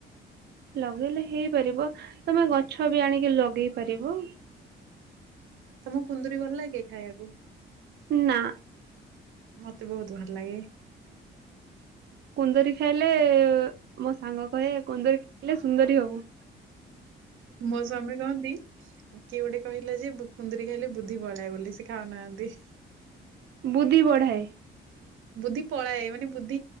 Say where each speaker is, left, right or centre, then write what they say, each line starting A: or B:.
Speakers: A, on the right; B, on the right.
A: ଲଗେଇଲେ ହେଇ ପାରିବ। ତମେ ଗଛ ବି ଆଣିକି ଲାଗିପାରିବ
B: ତମକୁ କୁନ୍ଦୁରି ଭଲ ଲାଗେ ଖାଇବାକୁ?
A: ନା
B: ନାଇ
A: କୁନ୍ଦରି ଖାଇଲେ ମୋ ସାଙ୍ଗ କହେ କୁନ୍ଦୁରି ଖାଇଲେ ସୁନ୍ଦରୀ ହୋବୁ।
B: ମୋ ସ୍ଵାମୀ କହନ୍ତି କିଏ ଗୋଟେ କହିଲା ଯେ କୁନ୍ଦୁୁରୀ ଖାଇଲେ ବୁ ବୁଦ୍ଧି ପଳାଏ ବୋଲି ସେ ଖାଉନାହାନ୍ତି।
A: ବୁଦ୍ଧି ବଢାଏ
B: ବୁଦ୍ଧି ପଳାଏ ମାନେ ବୁଦ୍ଧି